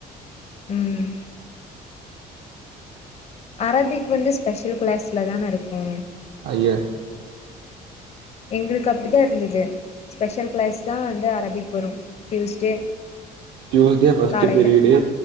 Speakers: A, on the left (about 40°); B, on the right (about 80°).
A: ம் அரபிக் வந்து ஸ்பெஷல் கிளாஸில தான இருக்கு
B: ஐய்யே
A: எங்களுக்கு அப்டிதா இருந்தது ஸ்பெஷல் கிளாஸ் தா வந்து அரபிக்கு வரு டியூஸ்டே
B: தூஸ்டே ஃபஸ்ட்
A: காலைல
B: பிரியடு